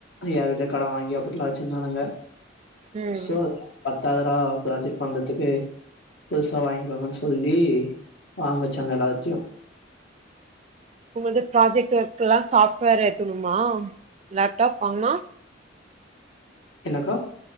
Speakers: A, on the left; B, on the right.
A: யார்கிட்டயோ கடன் வாங்கி அப்டில்லா வச்சிருந்தானுங்க
B: ம்
A: சோர் பத்தாதுரா ப்ராஜெக்ட் பண்றதுக்கு புதுசா வாங்கிக்கோங்கன்னு சொல்லி வாங்க வச்சாங்க எல்லாத்தையு
B: உங்களுது ப்ராஜெக்ட் ஒர்க் எல்லா சாஃப்ட்வேர் ஏத்தணுமா லேப்டாப் வாங்குனா
A: என்னக்கா